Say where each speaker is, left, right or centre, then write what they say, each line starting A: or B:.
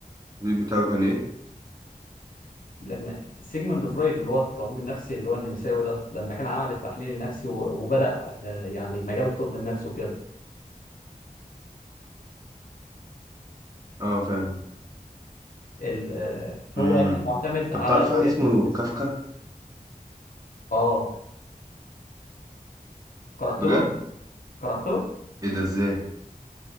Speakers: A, on the right; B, on the left.
A: البيت بتاعه كان ايه
B: لما سيجموند فرويد اللي هو الطبيب النفسي اللي هو النمساوي ده لما كان عمل التحليل النفسي و- وبدأ آه، يعني مجال الطب النفسي وكده
A: اه فاهم
B: ال- آه،
A: امم
B: هو كان معتمد
A: طب
B: على
A: تعرف
B: روايات
A: واحد اسمه
B: ديسبيست
A: كافكا
B: اه قرأت
A: بجد
B: له قرأت له
A: ايه ده ازاي